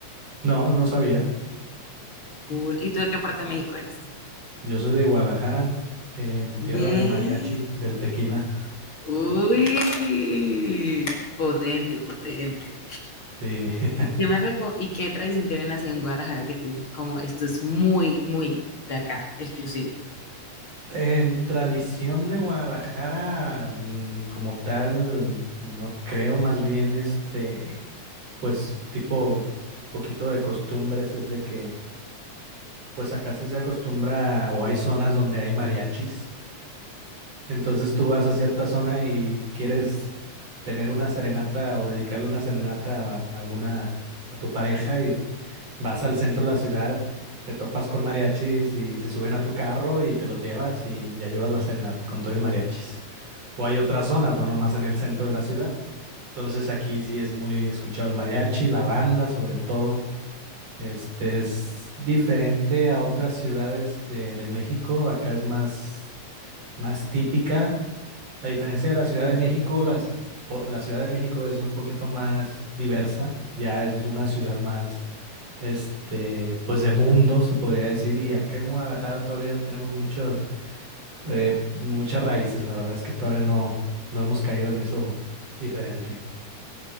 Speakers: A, on the right; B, on the left.
A: No, no sabía.
B: Cool. ¿Y tú de qué parte de México eres?
A: Yo soy de Guadalajara, em, tierra
B: Ve,
A: del mariachi, del tequila.
B: uy, potente, potente.
A: Sí. <laughs>
B: ¿Qué me reco- ¿Y qué tradición tienen así en Guadalajara que tú dices, como esto es muy, muy de acá, exclusivo?
A: Em, tradición de Guadalajara, mm, como tal, no creo, más bien este, pues tipo, poquito de costumbres es de que, pues acá sí se acostumbra o hay zonas donde hay mariachis. Entonces tú vas a cierta zona y quieres tener una serenata o dedicarle una serenata a alguna, a tu pareja y vas al centro de la ciudad, te topas con mariachis y se suben a tu carro y te los llevas y ya llevas la serenata con todo y mariachis. O hay otras zonas, no nomás en el centro de la ciudad. Entonces aquí sí es muy escuchado el mariachi, la banda sobre todo. Este es diferente a otras ciudades de, de México. Acá es más, más típica. A diferencia de la Ciudad de México, las, po- la Ciudad de México es un poquito más diversa, ya es una ciudad más, este, pues de mundo, se podría decir, y acá en Guadalajara todavía tenemos muchos, eh, muchas raíces, la verdad es que todavía no, no hemos caído en eso diferente.